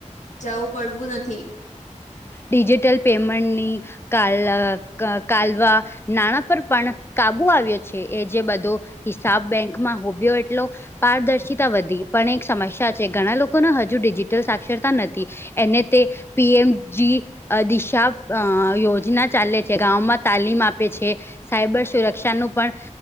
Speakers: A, on the left; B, on the left.
A: જવું પડવું નથી.
B: ડિજિટલ પેમેન્ટની ક કાલવા નાણાં પર પણ કાબુ આવ્યો છે એ જે બધો. હિસાબ બેંકમાં હોબ્યો એટલો. પારદર્શિતા વધી પણ એક સમસ્યા છે ઘણા લોકોને હજુ ડિજિટલ સાક્ષરતા નથી. એને તે પીએમ. જી દિશા અ યોજના ચાલે છે ગામમાં તાલીમ આપે છે. સાયબર સુરક્ષાનું પણ